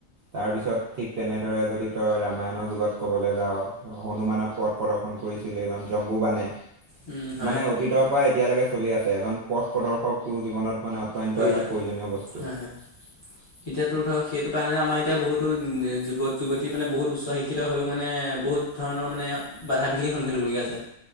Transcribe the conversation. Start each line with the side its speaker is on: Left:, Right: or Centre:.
Right: তাৰ পিছত ঠিক তেনেদৰে যদি তই ৰামায়নৰ যুগত কবলৈ যাও হনুমানক পথ প্ৰদৰ্শন কৰিছিল এজন জম্বু বানে
Left: উম হয়
Right: মানে অতীতৰ পৰা এতিয়ালৈকে চলি আছে এজন পথ প্ৰদৰ্শকটো জীৱনত মানে অত্যন্ত
Left: প্ৰয়োজন
Right: এটা প্ৰয়োজনীয় বস্তু
Left: হয় হয়
Right: <inaudible>
Left: এতিয়াতো ধৰক সেইটো কাৰণে আমাৰ এতিয়া বহুতো যুৱক যুৱতী মানে বহুত উচ্চ শিক্ষিত হৈওঁ মানে বহুত ধৰণৰ মানে বাধা বিঘিনিৰ সন্মুখীন হ'বলগীয়া হৈছে।